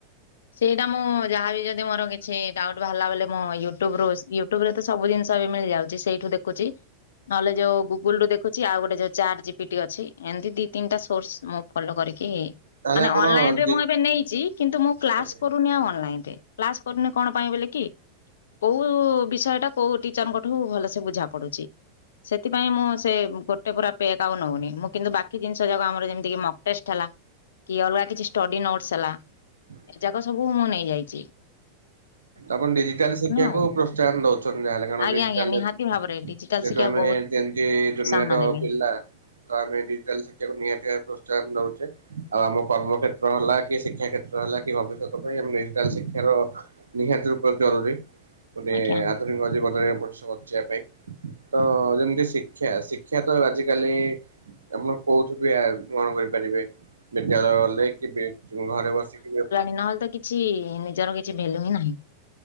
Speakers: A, on the left; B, on the right.
A: ସେଇଟା ମୁଁ ଯାହାବି ଯଦି ମୋର କିଛି ଡାଉଟ ବାହାରିଲା ବୋଲେ, ମୁଁ ୟୁଟୁବରୁ ୟୁ ୟୁଟୁବରେ ତ ସବୁଜିନିଷ ଏବେ ମିଳିଯାଉଚି, ସେଇଠୁ ଦେଖୁଚି। ନହେଲେ ଯୋଉ ଗୁଗୁଲ ରୁ ଦେଖୁଛି, ଆଉ ଗୋଟେ ଯୋଉ ଚାର ଜିପିଟି ଅଛି, ଏମିତି ଦି ତିନିଟା ସୋର୍ସ ମୁଁ ଫଲୋ କରିକି,
B: ତାହେଲେ
A: ମାନେ
B: ଆପଣ
A: ଅନଲାଇନ ରେ
B: ଡି
A: ମୁଁ ଏବେ ନେଇଚି, କିନ୍ତୁ ମୁଁ କ୍ଲାସ
B: ଆଜ୍ଞା
A: କର୍ ଅନଲାଇନରେ, କ୍ଲାସ କରୁନି ଆଉ କଣ ପାଇଁ ବୋଲି କି? କୋଉ ବିଷୟାଟା କୋଉ ଟି ଟିଚରଙ୍କଠୁ ଭଲସେ ବୁଝା ପଡୁଚି, ସେଥିପାଇଁ ମୁଁ ସେ ଗୋ ଟେ ପୁରା ପେକ ଆଉ ନଉନି, ମୁଁ କିନ୍ତୁ ବାକି ଜିନିଷ ଯାକ ଆମର ଯେମିତି ମକଟେଷ୍ଟ ହେଲା କି ଅଲଗା କିଛି ଷ୍ଟଡି ନୋଟ୍ସ ହେଲା।
B: <unintelligible>
A: ଏ ଯାକ ସବୁ ମୁଁ ନେଇଯାଇଚି।
B: ଆପଣ ଡିଜିଟାଲ ଶିଖିବାକୁ
A: ହବ
B: ପ୍ରୋତ୍ସାହନ ଦଉଛନ୍ତି ଯାହାହେଲେ, କାରଣ
A: ଆଜ୍ଞା
B: ଡିଜିଟାଲ
A: ଆଜ୍ଞା ନିହାତି
B: ରେ ଯେହେତୁ
A: ଭାବରେ ଡିଜିଟାଲ ଶିକ୍ଷା
B: ଆମେ
A: ବହୁତ
B: ଯେମିତି
A: ପ୍ରୋତ୍ସାହନ
B: ଜୁନିଅର
A: ଦେବି
B: ପିଲା ତ ଆମେ, ଡିଜିଟାଲ ଶିକ୍ଷାକୁ ନିହାତି ଭାବେ ପ୍ରୋତ୍ସାହନ ନଉଚେ। ଆଉ ଆମ କର୍ମ କ୍ଷେତ୍ର ହେଲା, କି ଶିକ୍ଷା କ୍ଷେତ୍ର ହେଲା, କି ଭବିଷ୍ୟତ ପାଇଁ, ଆମେ ଡିଜିଟାଲ ଶିକ୍ଷାର ନିହାତି ରୂପରେ ଜରୁରୀ, ମାନେ
A: ଆଜ୍ଞା
B: ଆଧୁନିକ ଜୀବନରେ ମଣିଷ ବଞ୍ଚିବା ପାଇଁ। ତ ଯେମିତି ଶିକ୍ଷା, ଶିକ୍ଷା ତ ଆଜିକାଲି ଆପଣ କୋଉଠି ବି, ଗ୍ରହଣ କରିପାରିବେ। ବିଦ୍ୟାଳୟ ଗଲେ, କି ବି, ଘରେ ବସିକ ବି ଆପଣ
A: ନହେଲ ତ କି ଛି, ନିଜର କିଛି ଭେଲ୍ୟୁ ହିଁ ନାହିଁ।